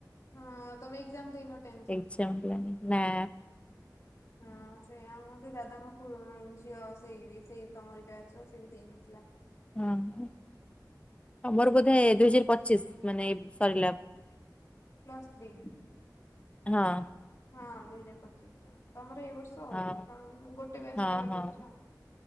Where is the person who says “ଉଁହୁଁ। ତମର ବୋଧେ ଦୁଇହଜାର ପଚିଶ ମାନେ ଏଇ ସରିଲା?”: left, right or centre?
Left